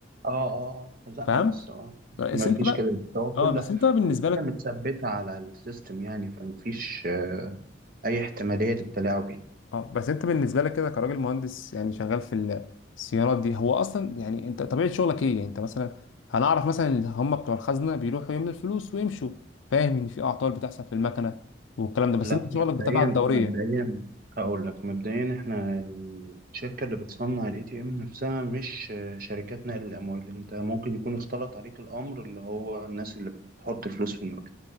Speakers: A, on the right (about 45°); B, on the left (about 80°).
A: اه اه آه. لا
B: فهمت
A: بس هو
B: بس
A: ما
B: انت
A: فيش
B: بقى
A: كده هو كل
B: اه بس انت بقى بالنسبه
A: كل حاجه
B: لك
A: متثبته على السيستم يعني فما فيش آه، اي احتماليه للتلاعب يعني
B: اه بس انت بالنسبه لك كده كراجل مهندس يعني شغال في السيارات دي هو اصلا يعني انت طبيعه شغلك ايه يعني انت مثلا هنعرف مثلا ان هم بتوع الخزنه بيروحوا يملوا الفلوس ويمشوا فاهم ان في اعطال بتحصل في المكنه والكلام ده بس
A: لا
B: انت
A: مبدئيا
B: شغلك بتابع الدوريه
A: مبدئيا هقول لك مبدئيا احنا الشركه اللي بتصنع الاي تي ام نفسها مش آه، شركات نقل الاموال انت ممكن يكون اختلط عليك الامر اللي هو الناس اللي بتحط فلوس في المكتب